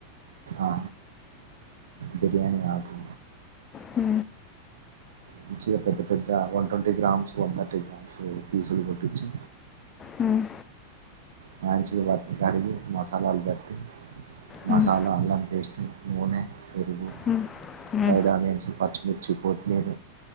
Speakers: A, on the right (about 65°); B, on the left (about 20°).
A: ఆ బిర్యానీ ఆకు
B: హు
A: మంచిగా పెద్ద పెద్ద one twenty grams one thirty grams ఫీసులు కొట్టించి
B: మ్మ్.
A: మంచిగా వాటిని కడిగి మసాలాలు పట్టి
B: మ్మ్.
A: మసాలా అల్లం పేస్ట్ నూనె, పెరుగు,
B: మ్మ్. మ్మ్.
A: ఫ్రైడ్ ఆనియన్స్, పచ్చిమిర్చి, కొత్తిమీర